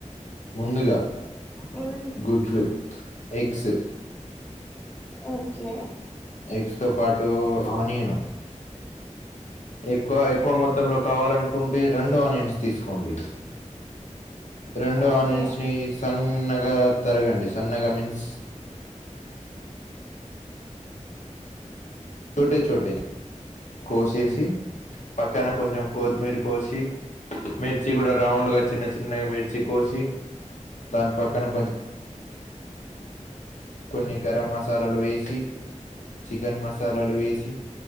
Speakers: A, on the left; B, on the left.
A: ముందుగా
B: ఏమేమి
A: గుడ్లు ఎగ్స్
B: ఓకే
A: ఎగ్స్ తో పాటు ఆనియను ఎక్కువ ఎక్కువ మొత్తంలో కావాలనుకుంటే రెండు ఆనియన్స్ తీసుకోండి రెండు
B: ఓకే
A: ఆనియన్స్ ని సన్న గా తరగండి సన్నగా మీన్స్ చోటే చోటే కోస్ చేసి పక్కన కొంచెం కొత్తిమీర్ కోసి మిర్చి కూడా రౌండ్గా చిన్న చిన్నగా మిర్చి కోసి దాని పక్కన కొంచం కొన్ని గరం మసాలాలు వేసి చికెన్ మసాలాలు వేసి